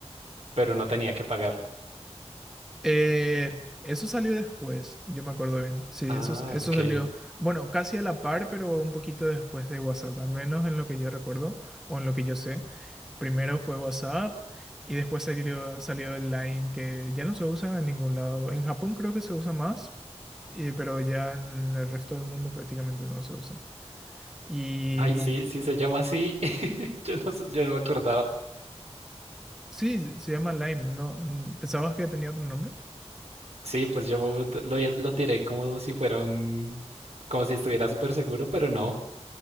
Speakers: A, on the right (about 70°); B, in the centre.
A: pero no tenía que pagar.
B: Eh, eso salió después, yo me acuerdo bien. Sí,
A: Ah,
B: eso, eso
A: ok.
B: salió, bueno, casi a la par, pero un poquito después de WhatsApp, al menos en lo que yo recuerdo o en lo que yo sé. Primero fue WhatsApp y después salió, salió el Line, que ya no se usa en ningún lado. En Japón creo que se usa más, y- pero ya en el resto del mundo prácticamente no se usa. Y
A: Ay, sí, sí se llama así. <laughs> Yo no, sé- yo no me acordaba.
B: sí, se llama Line, ¿no? mm, ¿Pensabas que tenía otro nombre?
A: Sí, pues yo me- lo, lo tiré como si fuera un, como si estuviera súper seguro, pero no.